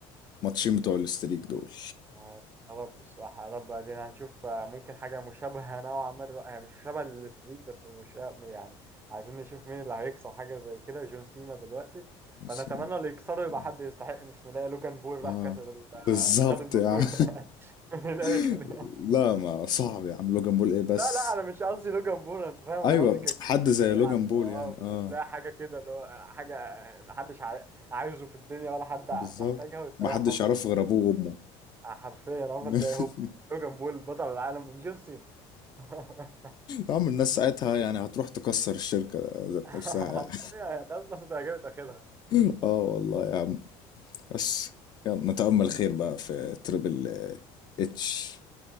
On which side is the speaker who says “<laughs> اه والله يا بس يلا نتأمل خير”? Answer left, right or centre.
Left